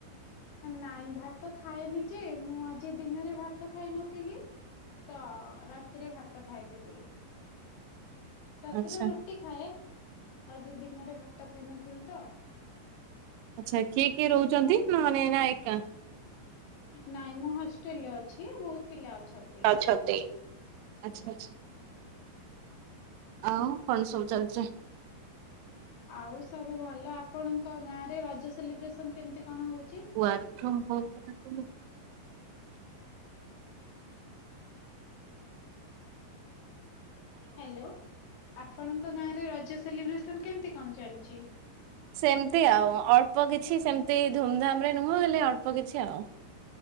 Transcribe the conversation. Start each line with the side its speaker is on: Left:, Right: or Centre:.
Left: ନାଇଁ ଭାତ ଖାଏନି ଯେ ମୁଁ ଆଜି ଦିନରେ ଭାତ ଖାଇ ନଥିଲି। ତ ରାତିରେ ଭାତ ଖାଇଦେବି। ରାତିରେ
Right: ଆଚ୍ଛା
Left: ରୁଟି ଖାଏ ଆଜି ଦିନରେ ଭାତ ଖାଇ ନଥିଲି ତ।
Right: ଆଚ୍ଛା କିଏ କିଏ ରହୁଛନ୍ତି ନା ହନେ ନା ଏକା।
Left: ନାଇଁ ମୁଁ ହଷ୍ଟେଲ ରେ ଅଛି ବହୁତ ପିଲା ଅଛନ୍ତି।
Right: ଅଛନ୍ତି ଆଚ୍ଛା ଆଚ୍ଛା। ଆଉ କଣ ସବୁ ଚାଲିଚି।
Left: ଆଉ ସବୁ ଭଲ ଆପଣଙ୍କ ଗାଁ ରେ ରଜ ସେଲିବ୍ରେସନ କେମିତି କଣ ହଉଚି?
Right: ୱାର୍କ ଫ୍ରମ୍ ହୋମ୍ କଥା କହୁଚନ୍ତି।
Left: ହ୍ୟାଲୋ ଆପଣଙ୍କ ଗାଁରେ ରଜ ସେଲିବ୍ରେସନ୍ କେମିତି କଣ ଚାଲିଚି।
Right: ସେମିତି ଆଉ ଅଳ୍ପ କିଛି ସେମିତି ଧୁମଧାମ ରେ ନୁହଁ ହେଲେ ଅଳ୍ପ କିଛି ଆଉ